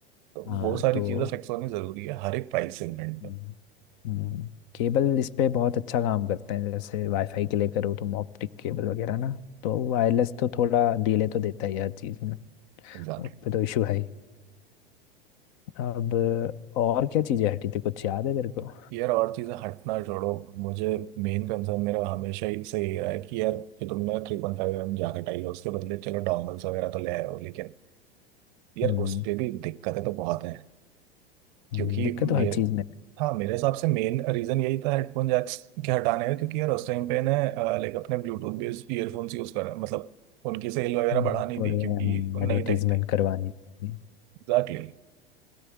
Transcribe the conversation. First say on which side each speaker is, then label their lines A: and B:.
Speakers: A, on the right; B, on the left.
A: तो
B: हाँ
A: वो सारी
B: तो
A: चीज़ें फिक्स होनी ज़रूरी है हर एक प्राइस सेगमेंट
B: हम्म।
A: पर
B: हम्म, केबल इस पे बहुत अच्छा काम करते हैं जैसे वाईफाई के लिए करो तुम ऑप्टिक केबल वगैरह ना तो वायरलेस तो थोड़ा डिले तो देता ही है हर चीज़ में
A: एग्जैक्टली
B: उस पे तो इशू है ही अब और क्या चीज़ें हटी थी कुछ याद है तेरे को
A: यार और चीज़ें हटना छोड़ो मुझे मेन कंसर्न मेरा हमेशा ही से ये रहा है कि यार जो तुमने three point five M jacket आई है उसके बदले चलो डोंगल्स वगैरह तो ले आए हो लेकिन यार
B: हम्म
A: उस पे भी दिक्कतें तो बहुत हैं क्योंकि
B: हम्म, दिक्कत
A: मेरे
B: तो हर चीज़ में
A: हाँ मेरे हिसाब से मेन रीजन यही था हेडफोन जैक्स के हटाने का क्योंकि यार उस टाइम पे ना लाइक अपने ब्लूटूथ बेस्ड ईयरफोन्स यूज कर मतलब उनकी सेल वगैरह
B: हम्म,
A: बढ़ानी
B: बढ़िया
A: थी क्योंकि
B: हाँ
A: नई
B: एडवर्टीजमेंट
A: टेक थी
B: करवानी थी
A: एग्जैक्टली